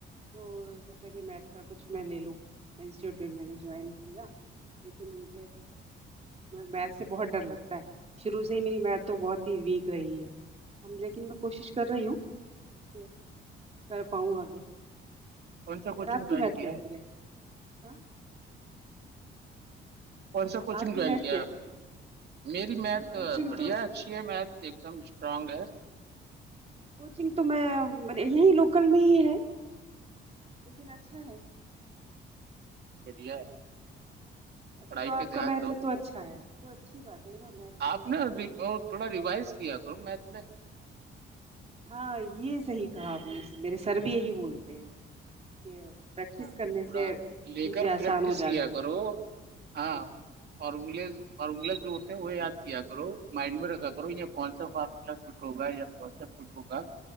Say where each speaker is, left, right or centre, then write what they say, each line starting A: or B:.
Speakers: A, on the right; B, on the right.
A: تو سوچا کہ میتھ کا کچھ میں لے لوں انسٹیٹیوٹ میں نے جوائن کیا لیکن مجھے میتھ سے بہت ڈر لگتا ہے شروع سے ہی میری میت تو بہت ہی ویک رہی ہے لیکن میں کوشش کر رہی ہوں کہ کر پاؤں آگے
B: کون سا کوچنگ
A: اور آپ
B: جوائن
A: کی میتھ
B: کیا
A: کیسی
B: ہے
A: ہاں
B: کون سا کوچنگ
A: آپ کی
B: جوائن
A: میتھ
B: کیا
A: کیسی ہے
B: میری میتھ
A: کوچنگ
B: بڑھیا
A: تو
B: اچھی ہے میتھ ایک دم اسٹرانگ ہے
A: کوچنگ تو میں یہ ہی لوکل میں ہی ہے لیکن اچھا ہے
B: بڑھیا ہے
A: اچھا
B: پڑھائی
A: تو
B: پہ
A: آپ کا
B: دھیان
A: مہتو
B: دو
A: تو اچھا ہے تو اچھی بات ہے نا میتھ میں
B: آپ نے
A: صحیح
B: تھوڑا ریوائز کیا کرو میتھ میں
A: ہاں یہ صحی کہا آپ نے میرے سر بھی یہی بولتے ہیں کہ پریکٹس
B: ہاں
A: کرنے
B: تھوڑا
A: سے
B: لے
A: چیزیں
B: کر
A: آسان
B: پریکٹس
A: ہو جاتی
B: کیا کرو ہاں
A: ہیں
B: فارمولیز فارمولا جو ہوتے ہیں وہ یاد کیا کرو مائنڈ میں رکھا کرو یا کون سا فارمولا فٹ ہوگا یا کون سا فٹ ہوگا